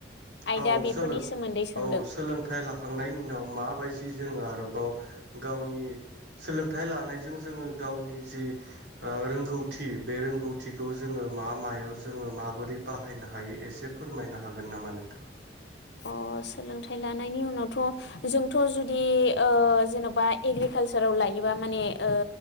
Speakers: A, on the left; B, on the right.
A: आयदा
B: औ
A: बेफोरनि
B: सोलो
A: सोमोन्दै सोंदों
B: औ सोलोंथाइ लाखांनायनि उनाव माबायदि जोङो आरोब बाव गावनि सोलोंथाइ लानायजों जोङो गावनि जि ओ रोंगौथि बे रोंगौथिखौ जोङो मा मायाव जोङो माबोरै बाहायनो हायो एसे फोरमायनो हागोन नामा नोंथां <unintelligible>
A: अ सोलोंथाइ लानायनि उनावथ' जों थ' जुदि ओ जेन'बा बा एग्रिकालसाराव लायोबा माने ओ